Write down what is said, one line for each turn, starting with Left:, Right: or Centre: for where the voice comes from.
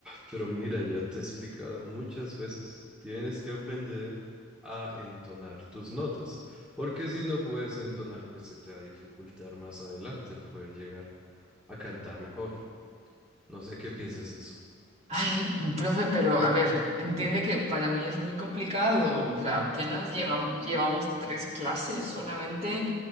Centre: Pero mira, ya te he explicado muchas veces, tienes que aprender a entonar tus notas, porque si no puedes entonar, pues se te va a dificultar más adelante poder llegar a cantar mejor. No sé qué piensas de eso.
Right: Ay, profe, pero a ver, entiende que para mí es muy complicado. O sea, apenas llegam- llevamos tres clases solamente